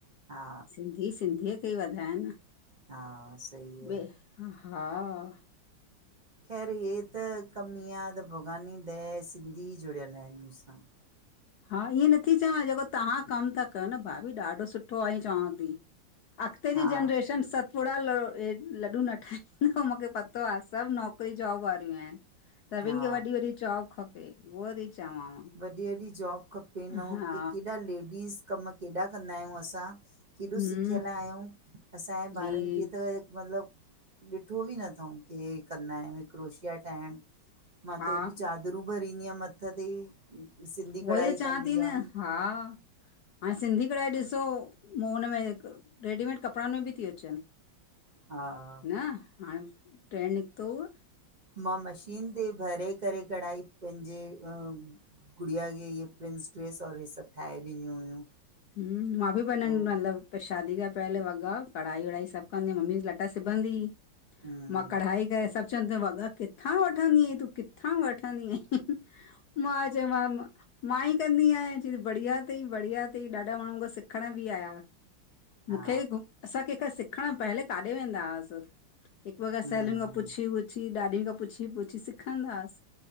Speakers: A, on the right (about 85°); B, on the left (about 65°).
A: हा
B: सिंधी सिंधीअ ते वधाए न
A: हा सही आ।
B: ॿे हा।
A: ख़ैर हे त कम ईंये आ त भॻवान जी दया ए सिंधी जुड़ियल हिनि मुंसां।
B: हा ईह्यें नथी चवां, जेको तव्हां कमु ता कयो न भाभी, ॾाढो सुठो आ ईयं चवांव ती। अॻिते
A: हा
B: जी जनरेशन सत् पुडा ल लड्ॾू न ठाहींदा मुखे पतो आ सभु नौकिरी जॉब वारियूं आहिनि। सभिन
A: हा
B: खे वॾी -वॾी जॉब खपे उहो ती चवांव।
A: वॾी- वॾी जॉब खपेनि, अऊं
B: हा
A: के केॾा लेडीस कम केॾा कंदा आहियूं असां केॾो
B: हम्म
A: सिखियल आहियंउं, असांजे
B: जी
A: ॿारनि
B: जी
A: खे त मतिलबु ॾिठो बि न थऊं के हे कंदा आहियूं, हे क्रोशिया ठाहिण मां
B: हा
A: त हेॾियूं चाद रूं भरींदी हमि हथ ते, सिंधी
B: उहोई
A: कढ़ाई
B: त चवां
A: कंदी
B: थी न
A: हमि
B: हा हाणे सिंधी कढ़ाई ॾिसो, मूं हुन में, रेडीमेड कपड़न में भी ती अचन।
A: हा
B: न, हाणे ट्रेंड निकतो हुअ
A: मां मशीन ते भरे करे कढ़ाई, पेंजे गुड़िया खे, इहे प्रिंस ड्रेस और ई सभ ठाहे ॾिनयूं हुयूं।
B: हूं, मां बि बनण
A: ऐं
B: मतलब पर शादी खां पहले वॻा कढ़ाई वढ़ाई सभ कंदी हम, मम्मी बि लटा सिबंदी हुई,
A: हम्म
B: मां कढ़ाई सभ चवंनत्यूं, तूं वॻा किथां वठंदी अहीं, तूं किथां वठंदी अहीं? मां च्योमांन मां मां ई कंदी आयां, चैती बढ़िया तई बढ़िया तई, ॾाढा माण्हू मूंखा सिखण बि आया। मूंखे,
A: हा
B: असां कंहिंखा सिखण पहले काॾे वेंदा हस, हिक ॿ
A: हम्म
B: सेलिन खां पुछी पुछी, ॾाॾी खां पुछी पुछी सिखंदाहास,